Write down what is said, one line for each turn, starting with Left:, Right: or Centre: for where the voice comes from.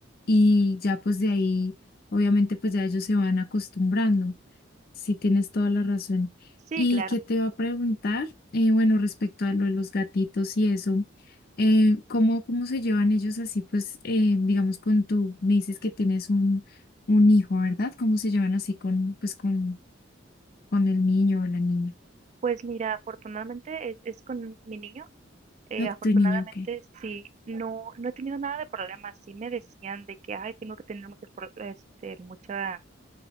Left: y ya pues de ahí, obviamente pues ya ellos se van acostumbrando. Sí, tienes toda la razón.
Right: Sí,
Left: ¿Y
Right: claro.
Left: qué te va a preguntar? Eh, bueno, respecto a lo de los gatitos y eso, eh, ¿cómo, cómo se llevan ellos así? Pues, eh, digamos, con tu, me dices que tienes un, un hijo, ¿verdad? ¿Cómo se llevan así con, pues, con, con el niño o la niña?
Right: Pues mira, afortunadamente es, es con mi niño. eh,
Left: No,
Right: afortunadamente
Left: tu niño, ok.
Right: sí, no, no he tenido nada de problemas. Sí me decían de que, ay, tengo que tener mucho pro- este, mucha,